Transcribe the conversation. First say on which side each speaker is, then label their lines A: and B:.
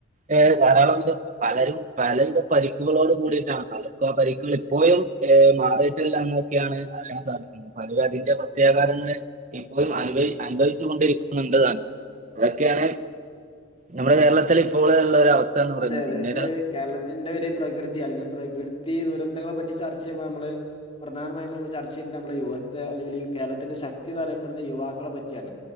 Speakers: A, on the right; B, on the left.
A: ഏ ധാരാളം വിധ പലരും പല വിധ പരിക്കുകളോട് കൂടിയിട്ടാ വന്നത് പലർക്കും ആ പരിക്കുകൾ ഇപ്പോഴും മാറിയിട്ടില്ലാന്നൊക്കെയാണ് പറയാൻ സാധിക്കുന്നു പലരു അതിന്റെ പ്രത്യാഗാതങ്ങള് ഇപ്പോയും അനുഭവി അനുഭവിച്ച് കൊണ്ടിരിക്കുന്നുണ്ട്താന്ന് അതൊക്കെയാണ് നമ്മടെ കേരളത്തില് ഇപ്പോള് ള്ള ഒരു അവസ്ഥ എന്ന് പറയുന്നത്
B: അതെ അതെ
A: പിന്നീട്
B: നമ്മള് കേരളത്തി ത്തിന്റെ ഒരു പ്രകൃതി അല്ലെങ്കില് പ്രകൃതി ദുരന്തങ്ങളെ പറ്റി ചർച്ച ചെയ്യുമ്പൊ നമ്മള് പ്രധാനമായും നമ്മള് ചർച്ച ചെയ്യണ്ട നമ്മള യുവത്തെ അല്ലെങ്കി ഈ കേരളത്തിന്റെ ശക്തിയന്ന് അറിയപ്പെടുന്ന യുവാക്കളെ പറ്റിയാണ്